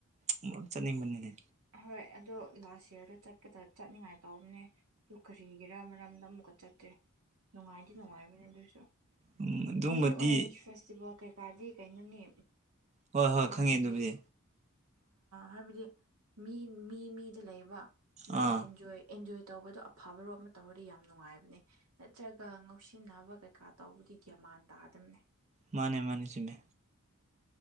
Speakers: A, on the right; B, on the right.
A: ꯑꯃꯨꯂꯛ ꯆꯠꯅꯤꯡꯕꯅꯤꯅꯦ
B: ꯍꯣꯏ ꯑꯗꯣ ꯂꯥꯁ ꯌꯔꯗ ꯆꯠꯀꯗ ꯆꯠꯅꯤꯡꯉꯥꯏ ꯇꯧꯕꯅꯦ ꯑꯗꯨ ꯀꯔꯤꯒꯤꯔꯥ ꯃꯔꯝꯗ ꯑꯃꯨꯛꯀ ꯆꯠꯇ꯭ꯔꯦ ꯅꯨꯡꯉꯥꯏꯗꯤ ꯅꯨꯡꯉꯥꯏꯕꯅꯦ ꯑꯗꯨꯏꯁꯨ
A: ꯎꯝ ꯑꯗꯨꯒꯨꯝꯕꯗꯤ
B: ꯍꯧꯖꯤꯛ ꯑꯣꯔꯦꯟꯁ ꯐꯦꯁꯇꯤꯚꯦꯜ ꯀꯩꯀꯥꯗꯤ ꯀꯩꯅꯣꯅꯤ
A: ꯍꯣꯏ ꯍꯣꯏ
B: ꯃꯥꯒꯤ
A: ꯈꯪꯉꯦ ꯑꯗꯨꯕꯨꯗꯤ
B: ꯍꯥꯏꯕꯗꯤ ꯃꯤ ꯃꯤ ꯃꯤꯗ ꯂꯩꯕ ꯃꯣꯏꯅ
A: ꯑꯥ
B: ꯑꯦꯟꯖꯣꯏ ꯑꯦꯟꯖꯣꯏ ꯇꯧꯕꯗꯣ ꯑꯐꯕꯔꯣꯃꯗꯥ ꯇꯧꯔꯗꯤ ꯌꯥꯝꯅ ꯅꯨꯡꯉꯥꯏꯕꯅꯦ ꯅꯠꯇ꯭ꯔꯒ ꯉꯧꯁꯤꯟꯅꯕ ꯀꯩꯀꯥ ꯇꯧꯕꯗꯤ ꯒ꯭ꯌꯥꯃꯥꯟ ꯇꯥꯗꯗꯝꯅꯦ
A: ꯃꯥꯅꯦ ꯃꯥꯅꯦ ꯆꯨꯝꯃꯦ